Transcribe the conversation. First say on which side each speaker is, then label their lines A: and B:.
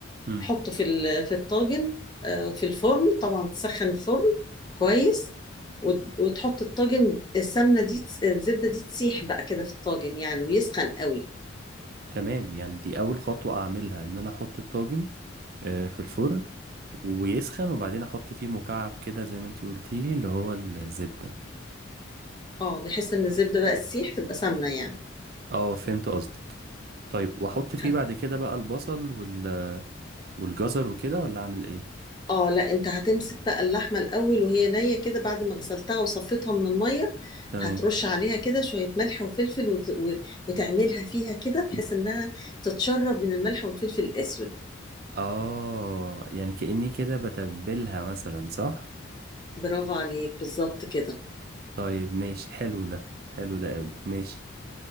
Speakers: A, on the right; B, on the left.
A: مم.
B: حطه في ال- في الطاجن آه، في الفرن طبعا تسخن الفرن كويس وت- وتحط الطاجن السمنة دي تس- الزبدة دي تسيح بقى كده في الطاجن يعني ويسخن قوي
A: تمام يعني دي اول خطوة اعملها ان انا احط الطاجن أه في الفرن ويسخن وبعدين احط فيه مكعب كده زي ما انتي قلتيلي اللي هو الزبدة
B: اه بحيث ان الزبدة بقى تسيح تبقى سمنة يعني
A: اه فهمت قصدك طيب واحط فيه
B: هت-
A: بعد كده بقى البصل وال والجزر وكده ولا اعمل ايه
B: اه لا انت هتمسك بقى اللحمه الاول وهي نيه كده بعد ما غسلتها وصفيتها من الميه
A: تمام
B: هترش عليها كده شويه ملح وفلفل وت... و- وتعملها فيها كده بحيث انها تتشرب من الملح والفلفل الاسود
A: اه يعني كأني كده بتبلها مثلا صح
B: برافو عليك بالظبط كده
A: طيب ماشي حلو ده حلو ده قوي ماشي